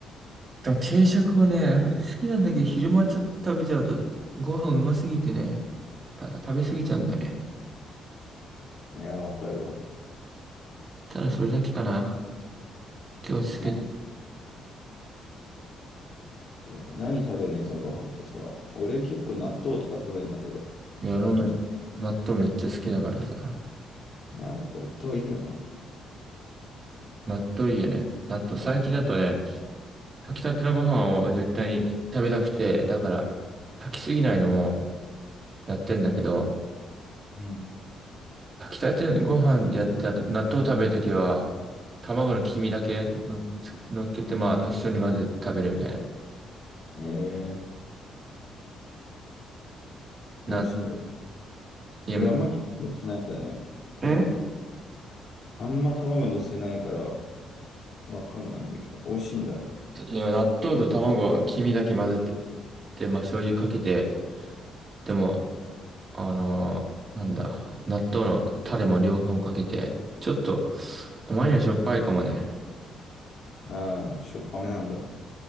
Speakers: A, on the right (about 40°); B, on the left (about 55°).
A: でも定食をね、好きなんだけど、昼間ちょっと食べちゃうと、ご飯うますぎてね、た、食べ過ぎちゃうんだよね。
B: いや、わかるわ。
A: ただそれだけかな。気をつけて。
B: な、そうね何食べんのいつもご飯とさ。俺結構納豆とか食べんだけど。
A: いや、ラーメン納豆めっちゃ好きだからさ。
B: キムチ。いや、納豆いいよな。
A: 納豆いいよね。納豆、最近だとね、炊きたてのご飯を絶対に食べたくて、だから、炊きすぎないのもやってんだけど、
B: うん。
A: 炊きたてご飯でやって、あと納豆食べるときは、卵の黄身だけの、のっけて、まあ、一緒に混ぜて食べるみたい
B: へえ
A: な。
B: 美味しいんだ。
A: な、いや、
B: 俺あんまり気にしないんだね。
A: め
B: 卵とか。
A: え
B: あんま卵乗せないからわかんないんだけど、美味しいんだ。
A: いや納豆と卵は黄身だけ混ぜて、で、まあ、醤油かけて、でも、あのーなんだ、納豆のタレも両方かけて、ちょっと、お前にはしょっぱいかもね。
B: ああ、しょっぱめなんだ。